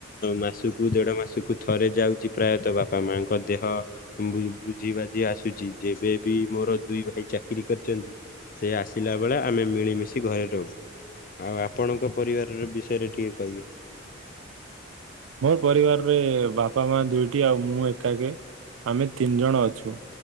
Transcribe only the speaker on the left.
ମାସକୁ ଦେଢ ମାସକୁୁ ଥରେ ଯାଉଛି ପ୍ରାୟତ ବାପା ମାଙ୍କୁ ଙ୍କ ଦେହ ବୁ-ବୁଝି ବାଜି ଆସୁଛି ଯେବେ ବି ମୋର ଦୁଇ ଭାଇ ଚାକିରୀ କରିଛନ୍ତି। ସେ ଆସିଲା ବେଳେ ଆମେ ମିଳିମିଶି ଘରେ ରହୁ। ଆଉ ଆପଣଙ୍କ ପରିବାରର ବିଷୟରେ ଟିକେ କହିବେ।